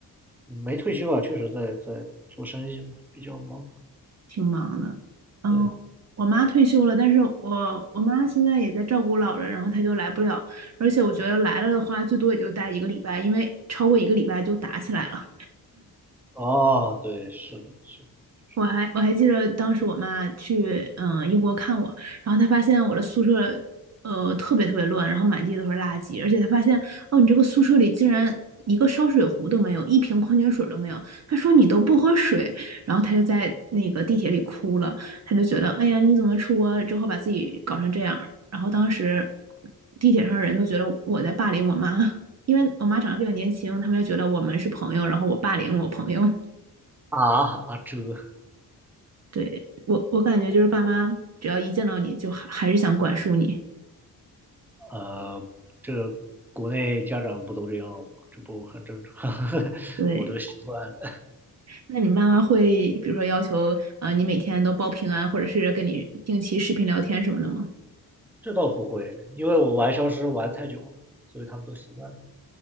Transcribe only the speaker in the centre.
嗯没退休啊，确实在在做生意嘛，比较忙，
对，
哦，对，是的，是的是的
啊啊这
呃这国内家长不都这样吗？这不很正常，<laughs>
我都习惯了。
这倒不会，因为我玩消失玩太久了，所以他们都习惯了。